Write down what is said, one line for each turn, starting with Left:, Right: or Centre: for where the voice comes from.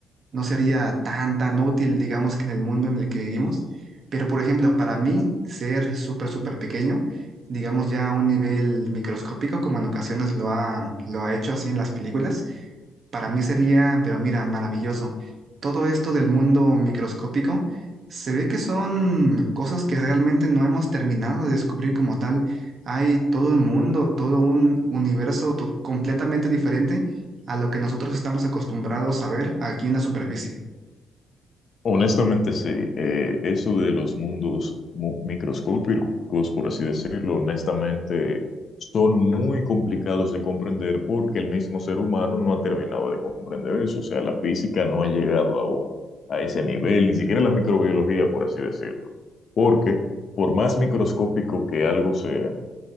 Right: no sería tan, tan útil, digamos, que en el mundo en el que vivimos. Pero, por ejemplo, para mí, ser súper, súper pequeño, digamos ya a un nivel microscópico, como en ocasiones lo ha, lo ha hecho así en las películas, para mí sería, pero mira, maravilloso. Todo esto del mundo microscópico se ve que son cosas que realmente no hemos terminado de descubrir como tal. Hay todo un mundo, todo un universo to- completamente diferente a lo que nosotros estamos acostumbrados a ver aquí en la superficie.
Left: Honestamente, sí, eh, eso de los mundos mu- microscópicos, por así decirlo, honestamente, son muy complicados de comprender porque el mismo ser humano no ha terminado de comprender eso, o sea, la física no ha llegado aún a ese nivel, ni siquiera la microbiología, por así decirlo, porque por más microscópico que algo sea,